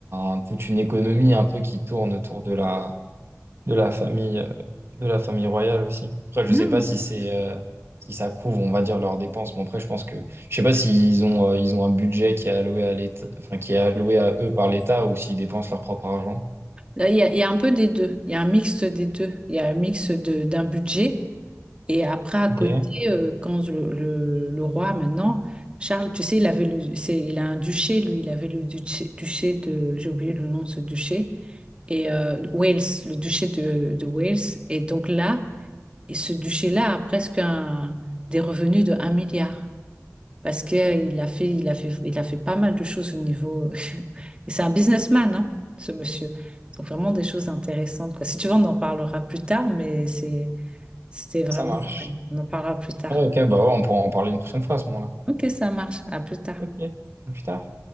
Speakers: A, on the right; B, on the right.
A: enfin, toute une économie un peu qui tourne autour de la, de la famille, euh, de la famille royale aussi. Après, je sais
B: Non.
A: pas si c'est, euh, si ça couvre, on va dire, leurs dépenses, mais après, je pense que, je sais pas s'ils ont, euh, ils ont un budget qui est alloué à l'État, enfin, qui est alloué à eux par l'État ou s'ils dépensent leur propre argent.
B: Là, Il y a, il y a un peu des deux. Il y a un mixte des deux. Il y a un mix de, d'un budget. Et après, à côté,
A: Ok,
B: euh, quand le, le- le roi, maintenant, Charles, tu sais, il avait le, c'est, il a un duché, lui, il avait le duché, duché de, j'ai oublié le nom de ce duché, et euh, Wales, le duché de, de Wales. Et donc là, et ce duché-là a presque un- des revenus de un milliard. Parce qu'il a fait, il a fait, il a fait pas mal de choses au niveau. <laughs> Et c'est un businessman, hein, ce monsieur. Donc vraiment des choses intéressantes, quoi. Si tu veux, on en parlera plus tard, mais c'est. C'était vraiment...
A: ça marche.
B: ouais, On en parlera plus tard.
A: Ah, ok, bah ouais, on pourra en parler une prochaine fois à ce moment-là.
B: Ok, ça marche. À plus tard.
A: Ok, à plus tard.